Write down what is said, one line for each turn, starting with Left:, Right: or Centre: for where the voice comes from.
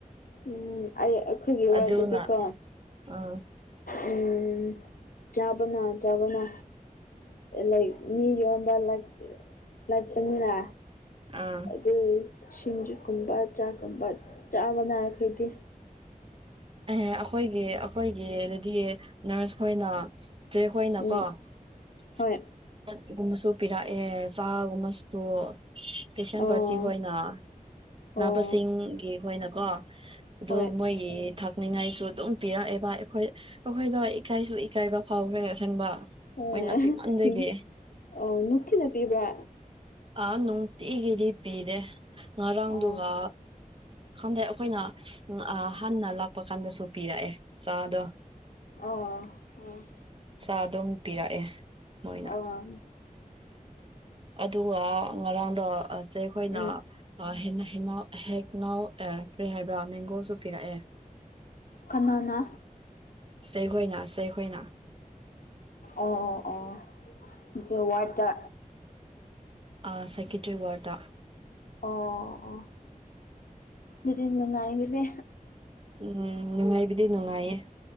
Left: ꯎꯝ ꯑꯩ ꯑꯩꯈꯣꯏꯒꯤ
Right: ꯑꯗꯨꯅ
Left: ꯋꯥꯔꯗꯗꯤ ꯀꯣ
Right: ꯎꯝ
Left: ꯎꯝ ꯆꯥꯕꯅ ꯆꯥꯕꯅ ꯂꯥꯏꯛ ꯃꯤ ꯌꯣꯟꯕ ꯂꯥꯛ ꯂꯥꯛꯄꯅꯤꯅ
Right: ꯑꯥ
Left: ꯑꯗꯨ ꯁꯤꯡꯖꯨꯠꯀꯨꯝꯕ ꯆꯥꯛꯀꯨꯝꯕ ꯆꯥꯕꯅ ꯑꯩꯈꯣꯏꯗꯤ
Right: ꯑꯦꯍ ꯑꯩꯈꯣꯏꯒꯤ ꯑꯩꯈꯣꯏꯒꯤ ꯗꯗꯤ ꯅꯔꯁ ꯈꯣꯏꯅ ꯆꯦ ꯈꯣꯏꯅ
Left: ꯎꯝ
Right: ꯀꯣ <unintelligible>
Left: ꯍꯣꯏ
Right: ꯒꯨꯝꯕꯁꯨ ꯄꯤꯔꯛꯑꯦ ꯆꯥꯒꯨꯝꯕꯁꯨ ꯄꯦꯁꯦꯟ
Left: ꯑꯣ
Right: ꯄꯥꯔꯇꯤ ꯈꯣꯏꯅ ꯅꯥꯕꯁꯤꯡꯒꯤꯈꯣꯏꯅ
Left: ꯑꯣ
Right: ꯀꯣ ꯑꯗꯣ
Left: ꯍꯣꯏ
Right: ꯃꯣꯏꯒꯤ ꯊꯛꯅꯤꯡꯉꯥꯏꯁꯨ ꯑꯗꯨꯝ ꯄꯤꯔꯛꯑꯦꯕ ꯑꯩꯈꯣꯏ ꯑꯩꯈꯣꯏꯗꯣ ꯏꯀꯥꯏꯁꯨ ꯏꯀꯥꯏꯕ ꯐꯥꯎꯈ꯭ꯔꯦ ꯑꯁꯦꯡꯕ
Left: ꯑ ꯎꯝ
Right: ꯃꯣꯏꯅ ꯄꯤꯃꯟꯕꯒꯤ
Left: ꯑ ꯅꯨꯡꯊꯤꯅ ꯄꯤꯕ꯭ꯔꯥ
Right: ꯑ ꯅꯨꯡꯇꯤꯒꯤꯗꯤ ꯄꯤꯗꯦ ꯉꯔꯥꯡꯗꯨꯒ
Left: ꯑꯣ
Right: ꯈꯪꯗꯦ ꯑꯩꯈꯣꯏꯅ ꯍꯥꯟꯅ ꯂꯥꯛꯄ ꯀꯥꯟꯗꯁꯨ ꯄꯤꯔꯛꯑꯦ ꯆꯥꯗꯣ
Left: ꯑ ꯑ
Right: ꯑꯗꯨꯝ ꯄꯤꯔꯛꯑꯦ ꯃꯣꯏꯅ
Left: ꯑ ꯎꯝ
Right: ꯑꯗꯨꯒ ꯉꯔꯥꯡꯗꯣꯁꯦ ꯑꯩꯈꯣꯏꯅ
Left: ꯎꯝ
Right: ꯍꯎ ꯍꯦꯛꯅꯥꯎ ꯀꯔꯤ ꯍꯥꯏꯕ꯭ꯔꯥ ꯃꯦꯡꯒꯣꯁꯨ ꯄꯤꯔꯛꯑꯦ
Left: ꯀꯅꯥꯅ
Right: ꯆꯩꯈꯣꯏꯅ ꯆꯩꯈꯣꯏꯅ
Left: ꯑꯣ ꯑꯣ ꯗꯣ ꯋꯥꯔꯗ
Right: ꯑ ꯁꯥꯏꯀꯦꯇ꯭ꯔꯤ ꯋꯥꯔꯗ
Left: ꯑꯣ ꯑꯣ ꯑꯗꯨꯗꯤ ꯅꯨꯡꯉꯥꯏꯒꯤꯅꯦ
Right: ꯎꯝ ꯅꯨꯡꯉꯥꯏꯕꯗꯤ ꯅꯨꯡꯉꯥꯏꯌꯦ